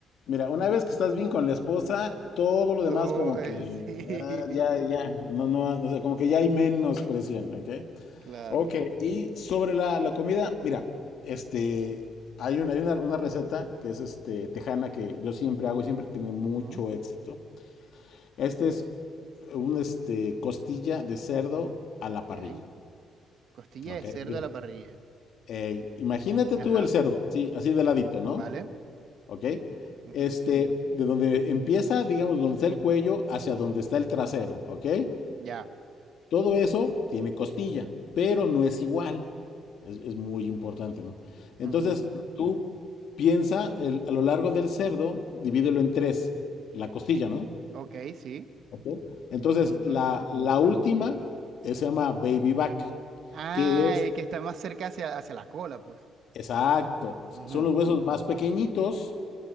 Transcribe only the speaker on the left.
mira, una vez que estás bien con la esposa, todo lo demás
como
que
ya, ya, ya, no, no, o sea, como que ya hay menos presión, ¿ok?
Ok, y sobre la, la comida, mira, este, hay, un- hay una, una receta que es este, tejana que yo siempre hago y siempre tiene mucho
éxito. Este es un este, costilla de cerdo a la
parrilla.
Ok,
mira.
eh, imagínate
tú el cerdo, así, así de ladito, ¿no?
Ok.
Este, de donde empieza, digamos, donde está el cuello, hacia donde está el trasero, ¿ok?
Todo eso tiene costilla, pero no es igual. Es, es muy importante, ¿no? Entonces,
tú piensa el- a lo largo del cerdo, divídelo en tres, la costilla, ¿no?
Ok. Entonces,
la,
la última eh, se llama baby back,
que es,
exacto,
son los huesos más pequeñitos,